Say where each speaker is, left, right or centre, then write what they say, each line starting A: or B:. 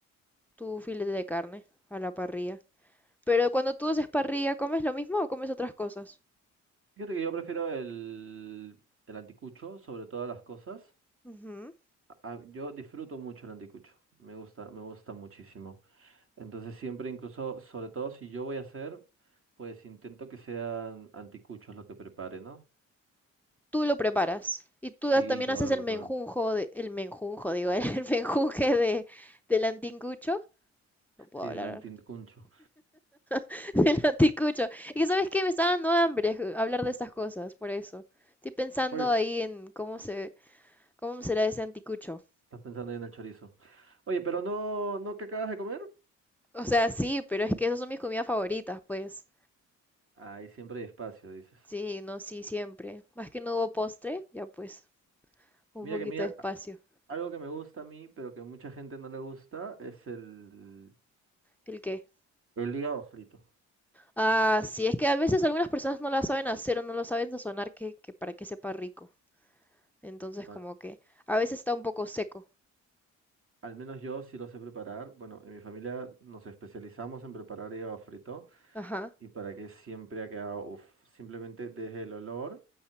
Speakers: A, in the centre; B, on the right.
A: Tu filete de carne a la parrilla. Pero cuando tú haces parrilla, ¿comes lo mismo o comes otras cosas?
B: Fíjate que yo prefiero el, el anticucho sobre todas las cosas.
A: Ujú.
B: A- a- yo disfruto mucho el anticucho, me gusta, me gusta muchísimo. Entonces siempre, incluso, sobre todo si yo voy a hacer, pues intento que sean anticuchos lo que prepare, ¿no?
A: Tú lo preparas. Y tú das-
B: Sí,
A: también
B: yo
A: haces
B: lo
A: el
B: preparo.
A: menjunjo, de- el menjunjo, digo, <laughs> el menjunje de, del antincucho. No puedo
B: Sí,
A: hablar
B: del anticucho.
A: ahora. <laughs> Del anticucho. Y que, sabes qué, me está dando hambre ju- hablar de estas cosas, por eso. Estoy pensando
B: Oye,
A: ahí en cómo se, cómo será ese anticucho.
B: estás pensando ahí en el chorizo. Oye, pero no, ¿no que acabas de comer?
A: O sea, sí, pero es que esas son mis comidas favoritas, pues.
B: Ahí siempre hay espacio, dices.
A: Sí, no, sí, siempre. Más que no hubo postre, ya pues, un
B: Mira
A: poquito
B: que mira,
A: de espacio.
B: a- algo que me gusta a mí, pero que a mucha gente no le gusta, es el,
A: ¿El qué?
B: el hígado frito.
A: Ah, sí, es que a veces algunas personas no la saben hacer o no lo saben sazonar que, que para que sepa rico. Entonces,
B: No,
A: como
B: al
A: que a veces está un poco seco.
B: al menos yo sí lo sé preparar. Bueno, en mi familia nos especializamos en preparar hígado frito
A: Ajá,
B: y para que siempre ha quedado, uf, simplemente desde el olor,